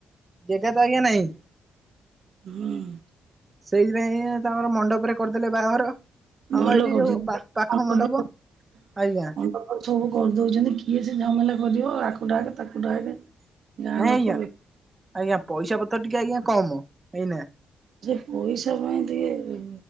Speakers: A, on the right; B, on the right.
A: ଜେଗା ତ ଆଜ୍ଞା ନାଇଁ।
B: ହୁଁ
A: ସେଇଥିପାଇଁ ତାଙ୍କର ମଣ୍ଡପରେ କରିଦେଲେ ବାହାଘର। ଆମ
B: ଭଲ
A: ଏଇଠି
B: କରିଛନ୍ତି,
A: ଯୋଉ ପାଖ
B: <inaudible> ପକ୍
A: ମଣ୍ଡପ ଆଜ୍ଞା
B: ପକ୍ ସବୁ କରିଦଉଛନ୍ତି କିଏ ସେ ଝାମେଲା କରିବ ଆକୁ ଡାକେ ତାକୁ ଡାକେ। ଗାଁ
A: ନାଇଁ
B: ଲୋକ
A: ଆଜ୍ଞା
B: ବେ
A: ଆଜ୍ଞା ପଇସା ପତ୍ର ଟିକେ ଆଜ୍ଞା କମ। ଏଇନା
B: ଯେ ପଇସା ପାଇଁ ଟିକେ